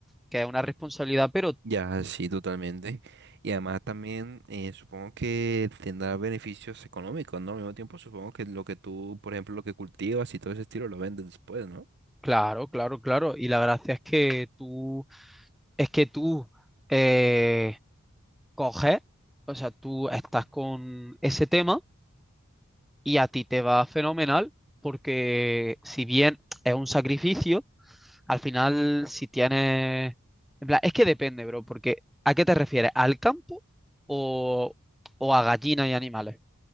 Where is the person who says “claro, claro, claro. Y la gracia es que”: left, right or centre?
Centre